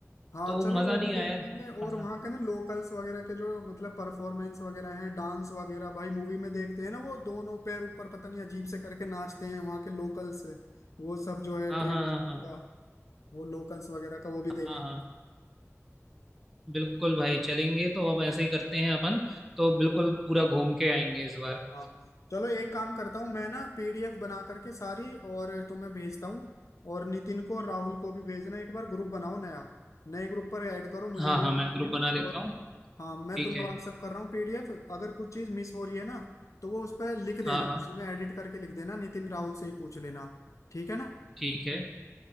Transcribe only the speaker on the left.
हाँ
चलो
वो
भी देख
लेंगे और
वहाँ के ना लोकल्स वगैरह के जो मतलब परफॉर्मेंस वगैरह हैं डांस वगैरह भाई मूवी में देखते हैं ना वो दोनों पैर ऊपर पता नहीं अजीब से करके नाचते हैं वहाँ के लोकल्स वो सब जो है
ट्रेडिशन
का वो लोकल्स वगैरह का वो भी देखेंगे
हाँ चलो एक काम करता हूँ मैं ना पीडीएफ बना करके सारी और तुम्हें भेजता हूँ और नितिन को और राहुल को भी भेजना एक बार ग्रुप बनाओ नया नए ग्रुप पर ऐड करो मुझे
भी
ऐड
कर
लेना
और
हाँ मैं
तुम्हें
व्हाट्सअप कर रहा हूँ पीडीएफ अगर कुछ चीज़ मिस हो रही है ना तो वो उस पर लिख देना
उसमें एडिट करके लिख देना नितिन राहुल से ही पूछ लेना ठीक है ना